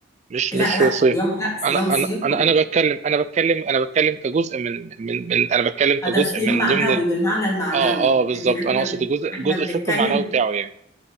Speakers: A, on the right (about 35°); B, on the left (about 15°).
A: مش
B: لا
A: مش
B: لا
A: صيام
B: صيام لا
A: انا
B: صيام صيام
A: انا انا انا بتكلم انا بتكلم انا بتكلم كجزء من من من انا بتكلم كجزء
B: ده صيام
A: من
B: معنوي
A: ضمن ال...
B: بالمعنى المعنوي
A: اه اه بالظبط
B: لكن احنا
A: انا اقصد
B: بن-
A: الجزء
B: احنا
A: جزء
B: بنتكلم
A: الشق المعنوي بتاعه يعني